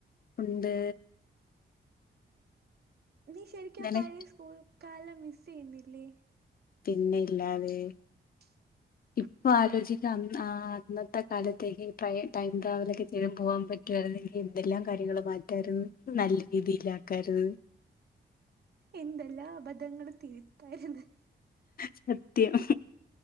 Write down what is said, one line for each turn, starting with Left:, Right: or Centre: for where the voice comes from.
Left: ഉണ്ട്
Right: നീ ശരിക്കും
Left: നിനക്ക്
Right: ആ പഴയ സ്കൂൾ കാലം മിസ് ചെയ്യുന്നില്ലേ
Left: പിന്നെ ഇല്ലാതെ
Right: <unintelligible>
Left: ഇപ്പൊ ആലോചിക്ക അന്നത്തെ കാലത്തേക്ക് ടൈം ട്രാവലൊക്കെ ചെയ്ൻ പോകാൻ പറ്റി ഏ എന്തെല്ലാം കാര്യങ്ങള് മാറ്റാരുന്ന് നല്ല രീതിൽ ആക്കരുന്ന്
Right: എന്തെല്ലാം അബദ്ധങ്ങൾ തീരുത്താര്ന്ന്
Left: സത്യം